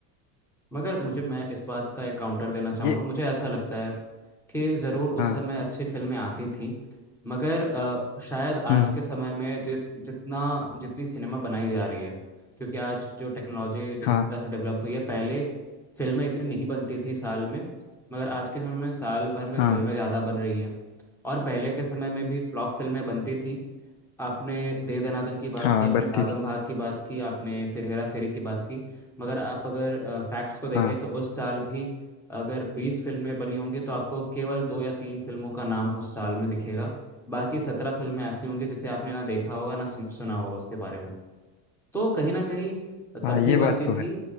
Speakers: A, in the centre; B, on the left (about 65°).
A: मगर मुझे मैं इस बात का एक काउंटर देना चाहूँगा
B: ये
A: मुझे ऐसा लगता है कि ज़रूर उस
B: हाँ
A: समय अच्छी फिल्में आती थीं मगर अ, शायद आज
B: हम्म
A: के समय में जिस जितना जितनी सिनेमा बनाई जा रही है क्योंकि आज जो टेक्नोलॉजी जिस
B: हाँ
A: तरह से डेवलप हुई है पहले फिल्में इतनी नहीं बनती थी साल में मगर आज के समय में साल भर में
B: हाँ
A: फिल्में ज़्यादा बन रही हैं और पहले के समय में भी फ्लॉप फिल्में बनती थीं आपने दे दनादन की बात
B: हाँ
A: की आपने
B: बत्ती
A: भागम
B: थी
A: भाग की बात की आपने फिर हेरा फेरी की बात की मगर आप अगर फैक्ट्स को देखें
B: हाँ
A: तो उस साल भी अगर बीस फिल्में बनी होंगी तो आपको केवल दो या तीन फिल्मों का नाम उस साल में दिखेगा बाकी सत्रह फिल्में ऐसी होंगी जिसे आपने ना देखा होगा ना सुन- सुना होगा उसके बारे में तो कहीं ना कहीं
B: हाँ
A: तब
B: ये
A: भी बनती
B: बात तो
A: थी
B: है